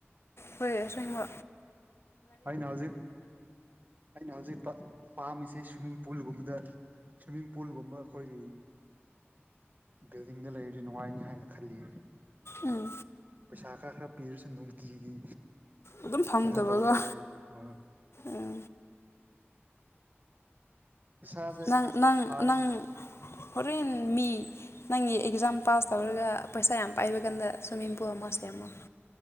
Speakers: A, on the left (about 65°); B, on the right (about 40°).
A: ꯍꯣꯏꯁꯦꯡꯉꯣ
B: ꯑꯩꯅ ꯍꯧꯖꯤꯛ ꯑꯩꯅ ꯍꯧꯖꯤꯛ ꯄꯥꯝꯃꯤꯁꯤ ꯁ꯭ꯋꯤꯃꯤꯡ ꯄꯨꯜꯒꯨꯝꯕꯗ ꯁ꯭ꯋꯤꯝꯃꯤꯡ ꯄꯨꯜꯒꯨꯝꯕ ꯑꯩꯈꯣꯏꯒꯤ ꯕꯤꯜꯗꯤꯡꯗ ꯂꯩꯔꯤꯗꯤ ꯅꯨꯡꯉꯥꯏꯅꯤ ꯍꯥꯏꯅ ꯈꯜꯂꯤ
A: ꯎꯝ
B: ꯄꯩꯁꯥ ꯈꯔ ꯈꯔ ꯄꯤꯔꯁꯨ ꯅꯨꯡꯇꯤꯒꯤ
A: ꯑꯗꯨꯝ ꯐꯪꯗꯕꯒꯣ
B: ꯀꯩꯅꯣ ꯇꯧꯒꯗꯕ ꯍꯣꯏ
A: ꯎꯝ
B: ꯏꯁꯥꯁꯦ
A: ꯅꯪ
B: ꯈꯥꯡ
A: ꯅꯪ ꯍꯣꯔꯦꯟ ꯃꯤ ꯅꯪ ꯑꯦꯛꯖꯥꯝ ꯄꯥꯁ ꯇꯧꯔꯒ ꯄꯩꯁꯥ ꯌꯥꯝ ꯄꯥꯏꯕ ꯀꯥꯟꯗ ꯁ꯭ꯋꯤꯝꯃꯤꯡꯄꯨ ꯑꯃ ꯁꯦꯝꯃꯣ